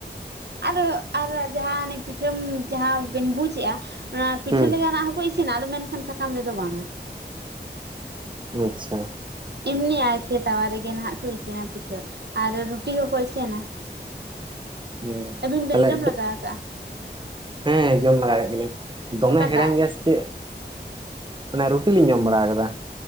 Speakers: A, on the right (about 70°); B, on the right (about 25°).
A: ᱟᱨᱚ ᱟᱨ ᱡᱟᱦᱟᱸ ᱚᱱᱮ ᱯᱤᱴᱷᱟᱹᱢ ᱡᱟᱦᱟᱸ ᱵᱮᱱ ᱵᱩᱡᱮᱜᱼᱟ, ᱚᱱᱟ ᱯᱤᱴᱷᱟᱹ
B: ᱦᱩᱸ
A: ᱞᱮᱠᱟᱱᱟᱜ ᱦᱚᱸᱠᱚ ᱤᱥᱤᱱᱟ ᱟᱫᱚ ᱢᱮᱱᱠᱷᱟᱱ ᱥᱟᱠᱟᱢ ᱨᱮᱫᱚ ᱵᱟᱝᱟ᱾
B: ᱟᱪᱪᱷᱟ᱾
A: ᱮᱢᱱᱤ ᱟᱭᱥᱮ ᱛᱟᱣᱟ ᱨᱮᱜᱮ ᱱᱟᱦᱟᱸᱜ ᱠᱚ ᱤᱥᱤᱱᱟ ᱯᱤᱴᱷᱟᱹ ᱟᱨ ᱨᱩᱴᱤ ᱦᱚᱸᱠᱚ ᱤᱥᱤᱱᱟ᱾
B: ᱦᱩᱸ
A: ᱟᱹᱵᱤᱱ ᱵᱮᱱ
B: ᱛᱟᱦᱚᱞᱮ
A: ᱡᱚᱢ ᱞᱟᱜᱟ ᱠᱟᱜ-ᱟ?
B: ᱦᱮᱸ ᱡᱚᱢ ᱵᱟᱬᱟ ᱠᱟᱜ ᱜᱮᱭᱟ ᱞᱤᱧ ᱫᱚᱢᱮ
A: ᱚᱠᱟᱴᱟᱜ
B: ᱦᱮᱲᱮᱢ ᱜᱮᱭᱟ ᱥᱮ ᱪᱮᱫ ᱮᱸᱜ ᱮ ᱨᱩᱴᱤ ᱞᱤᱧ ᱡᱚᱢ ᱵᱟᱲᱟ ᱠᱟᱫᱟ᱾